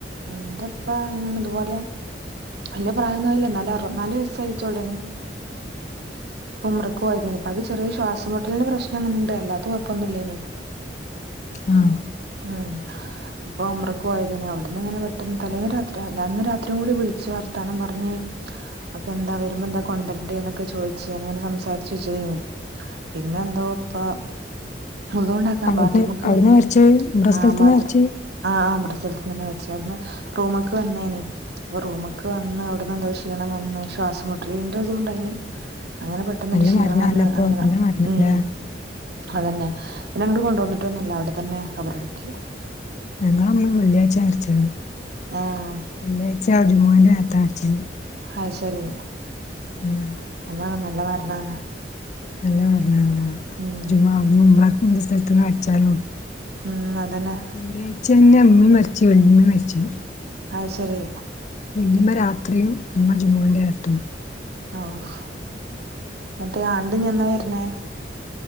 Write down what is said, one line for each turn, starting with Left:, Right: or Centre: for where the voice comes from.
Right: ന്റെപ്പ ഇത്പോലെ വല്യ പ്രായം ഒന്നുംആയില്ല ന്നാലും അറുവത് നാല് വയസ്സയിറ്റോള്ളയ്നി പ്പ ഉംറക്ക് പോയതേയ്നി പ്പാക്ക് ചെറിയ ശ്വാസം മുട്ടലിന്റെ പ്രശ്നങ്ങനെണ്ട് അല്ലാത്ത കൊഴപ്പൊന്നും ഇല്ലേയ്നി
Left: ആഹ്
Right: ആഹ് അപ്പൊ ഉംറക്ക് പോയതയ്നി അവിടെ- ന്ന്ങ്ങനെ പെട്ടെന്ന് തലേന്ന് രാത്രി അന്ന് രാത്രിംകൂടി വിളിച്ച് വർത്താനം പറഞ് അൻക്കെന്താ വരുമ്പോ എന്താ കൊണ്ടുരണ്ടേ ന്നൊക്കെ ചോയ്ച്ച് അങ്ങനെ സംസാരിച്ചു വെച്ചതേയ്നി പിന്നെ എന്തോ ഇപ്പ വുളുണ്ടാ- ക്കാൻ
Left: അവിടുന്ന്
Right: ബാത്റൂമ്ക്ക്
Left: അവിടുന്ന്
Right: വന്നയിനി
Left: വരച്ച് ഇവിടെ സ്ഥലത്തുന്ന്
Right: ആഹ് ബാത്ത്റൂം
Left: വരച്ച്
Right: ആഹ് ആഹ് ഉംറ സ്ഥലത്ത് വെച്ച് അവ്ട്ന്ന് റൂമ്ക്ക് വന്നേനി റൂമ്ക്ക് വന്ന് അവ്ട്ന്ന് എന്തോ ക്ഷീണം വന്ന് ശ്വാസംമുട്ടലിന്റെതും ണ്ടായിനി അങ്ങനെ പെട്ടന്ന്
Left: നല്ല
Right: ഒര് ക്ഷീണം
Left: മരണല്ലപ്പൊ
Right: വന്ന് അങ്ങനെ
Left: നല്ല മരണല്ലേ
Right: ഉം അതന്നെ പിന്നെ ഇങ്ങോട്ട് കൊണ്ട് വന്നിട്ടൊന്നുല്ല അവിടെ തന്നെ ഖബറടക്കി
Left: ഞങ്ങളമ്മ വെള്ളിയാഴ്ചയ മരിച്ചഹ്
Right: ആഹ്
Left: വെള്ളിയാഴ്ച ജുമഅന്റെ നേരത്ത മരിച്ചഹ്
Right: അഹ് ശരി
Left: ആഹ്
Right: അതാണ് നല്ല മരണാണ്
Left: നല്ല മരണ ആണ് ആഹ്
Right: ഉം
Left: ജുമുഅ അവിടുന്ന് ഉംറക്ക് മുമ്പ് സ്ഥലത്ത്ന്ന് മര്ച്ചാലും
Right: ഉം അതന്നെ
Left: വെള്ളിയാഴ്ചന്നെ മ്മീം മരിച്ച് വെല്ലിമ്മീം മര്ച്ച്
Right: അഹ് ശരി
Left: വല്ലിമ്മ രാത്രിം ഉമ്മ ജുമുന്റെ നേരത്തും
Right: ഓഹ് ന്നട്ട് ആണ്ട്ഞ്ഞെന്നാ വരുന്നേ